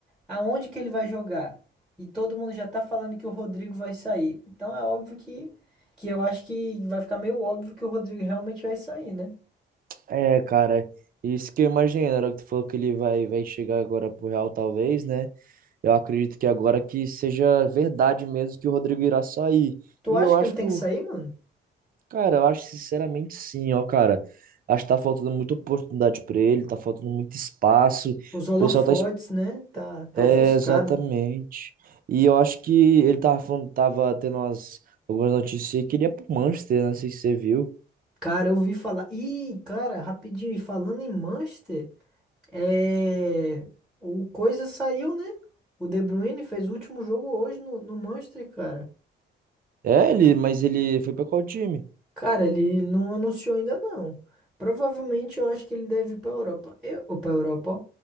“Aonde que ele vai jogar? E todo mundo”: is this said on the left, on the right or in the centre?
Centre